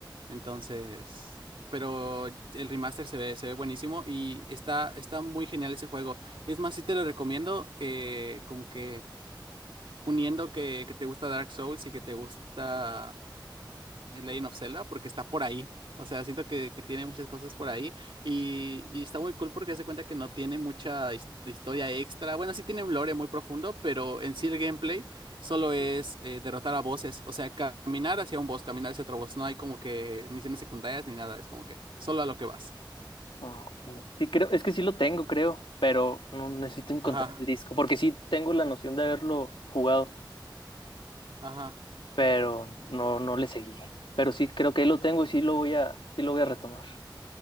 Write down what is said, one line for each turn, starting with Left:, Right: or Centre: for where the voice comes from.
Right: Entonces, pero el remaster se ve, se ve buenísimo y está, está muy genial ese juego. Y es más, sí te lo recomiendo, eh, como que uniendo que, que te gusta Dark Souls y que te gusta el Legend of Zelda porque está por ahí. O sea, siento que, que tiene muchas cosas por ahí y, y está muy cool porque se cuenta que no tiene mucha his- historia extra. Bueno, sí tiene un lore muy profundo, pero en sí el gameplay solo es eh, derrotar a bosses. O sea, caminar hacia un boss, caminar hacia otro boss. No hay como que misiones secundarias ni nada. Es como que solo a lo que vas.
Left: Ah, ok. Sí, creo, es que sí lo tengo, creo, pero no necesito encontrar
Right: Ajá,
Left: el disco, porque sí tengo la noción de haberlo jugado,
Right: ajá.
Left: pero no, no le seguí. Pero sí creo que ahí lo tengo y sí lo voy a, sí lo voy a retomar.